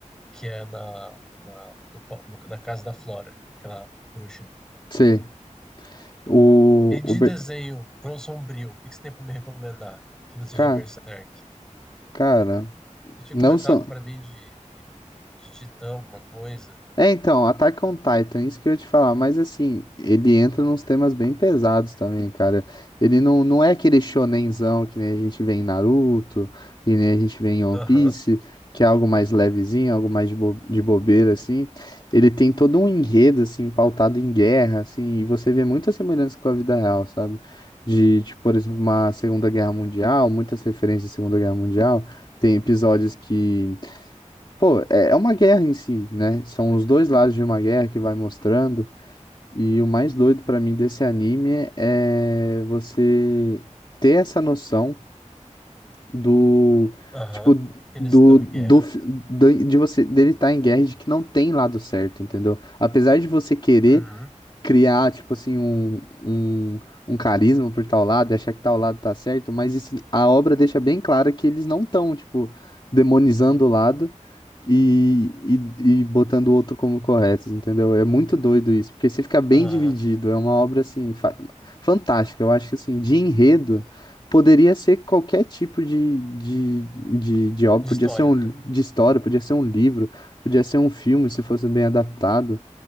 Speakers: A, in the centre; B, on the left.
A: que é na, na, no pa- no- na casa da Flora, aquela bruxa.
B: C. O.
A: E de
B: o Be-
A: desenho, para um sombrio, o que que você tem para me recomendar que não seja
B: Ca-
A: Berserk?
B: cara,
A: Você tinha
B: não
A: comentado
B: são.
A: para mim de, de Titã, alguma coisa.
B: É, então, Attack on Titan, isso que eu ia te falar, mas assim, ele entra nos temas bem pesados também, cara. Ele não, não é aquele shonenzão que nem a gente vê em Naruto, que nem a gente vê em One
A: Aham,
B: Piece, que é algo mais levezinho, algo mais de, bo- de bobeira, assim. Ele tem todo um enredo, assim, pautado em guerra, assim, e você vê muita semelhança com a vida real, sabe? De, de, por exemplo, uma Segunda Guerra Mundial, muitas referências à Segunda Guerra Mundial. Tem episódios que Pô, é é uma guerra em si, né? São os dois lados de uma guerra que vai mostrando. E o mais doido pra mim desse anime é você ter essa noção do,
A: aham.
B: tipo, do,
A: Que Eles estão
B: do,
A: em guerra.
B: do- de você dele estar em guerra e de que não tem lado certo, entendeu? Apesar de você querer
A: Uhum,
B: criar, tipo assim, um, um, um carisma por tal lado, e achar que tal lado tá certo, mas isso- a obra deixa bem clara que eles não estão, tipo, demonizando o lado e, e, e botando o outro como correto, entendeu? É muito doido isso, porque você fica bem
A: aham.
B: dividido, é uma obra, assim, fa- fantástica, eu acho que, assim, de enredo...
A: É,
B: Poderia ser qualquer tipo de, de, de, de obra,
A: De
B: podia
A: história,
B: ser um,
A: né?
B: de história, podia ser um livro, podia ser um filme, se fosse bem adaptado.